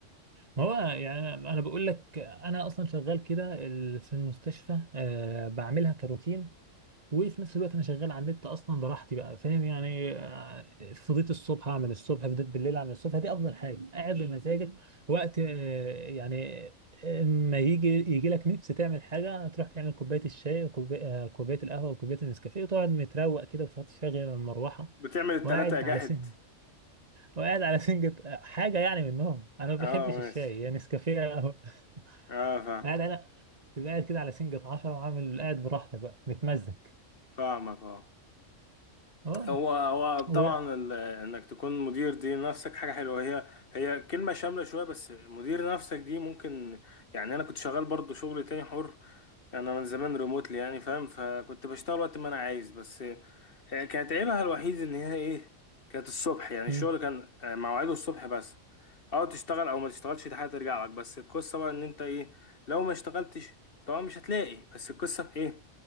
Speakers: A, on the right (about 30°); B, on the left (about 45°).
A: ما هو يعني انا بقول لك انا اصلا شغال كده ال- في المستشفى آه، بعملها كروتين وفي نفس الوقت انا شغال على النت اصلا براحتي بقى فاهم يعني آه، فضيت الصبح اعمل الصبح فضيت بالليل اعمل الصبح دي افضل حاجه قاعد بمزاجك وقت آه، يعني آه، ما يجي يجي لك نفس تعمل حاجه تروح تعمل كوبايه الشاي وكوبايه آه، كوبايه القهوه وكوبايه النسكافيه وتقعد متروق كده وتشغل المروحه
B: بتعمل التلاتة
A: وقاعد
B: يا جاحد
A: على سن وقاعد على سنجة آه، حاجه يعني منهم انا ما بحبش
B: اه ماشي
A: الشاي يعني نسكافيه يا قهوة. <laughs>
B: اه فاهم
A: قاعد على تبقى قاعد كده على سنجة 10 وعامل قاعد براحتك بقى متمزج
B: فاهمك اه
A: اه
B: هو هو
A: و
B: طبعا ال- انك تكون مدير دي نفسك حاجه حلوه هي هي كلمه شامله شويه بس مدير نفسك دي ممكن يعني انا كنت شغال برضو شغل تاني حر انا من زمان ريموتلي يعني فاهم فكنت بشتغل وقت ما انا عايز بس آه، كانت عيبها الوحيد ان هي ايه كانت الصبح يعني
A: مم.
B: الشغل كان آه، مواعيده الصبح بس او تشتغل او ما تشتغلش دي حاجه ترجع لك بس القصه بقى ان انت ايه لو ما اشتغلتش طبعا مش هتلاقي بس القصه في ايه